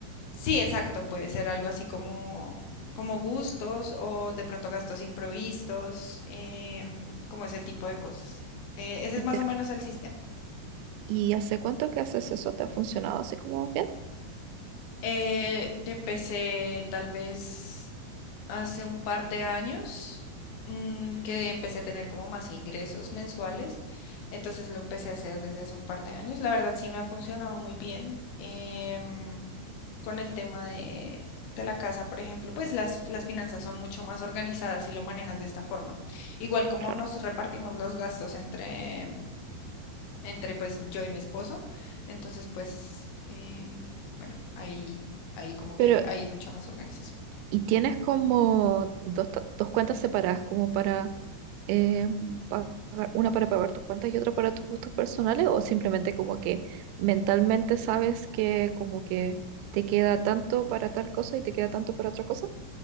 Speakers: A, on the left; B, on the right.
A: Sí, exacto, puede ser algo así como, como gustos o de pronto gastos imprevistos, em, como ese tipo de cosas. Eh, ese
B: ¿Y,
A: es más
B: te,
A: o menos el sistema.
B: y hace cuánto que haces eso? ¿Te ha funcionado así como bien?
A: Eh, yo empecé tal vez hace un par de años mm, que empecé a tener como más ingresos mensuales, entonces lo empecé a hacer desde hace un par de años. La verdad sí me ha funcionado muy bien em, con el tema de, de la casa, por ejemplo, pues las, las finanzas son mucho más organizadas si lo manejas de esta forma. Igual como
B: Claro.
A: nos repartimos los gastos entre entre pues yo y mi esposo. Entonces, pues, eh, bueno, ahí, ahí como
B: Pero
A: que hay mucha más organización.
B: Y tienes como dos, ta- dos cuentas separadas, como para eh, pagar, una para pagar tus cuentas y otra para tus gustos personales, o simplemente como que mentalmente sabes que como que te queda tanto para tal cosa y te queda tanto para otra cosa.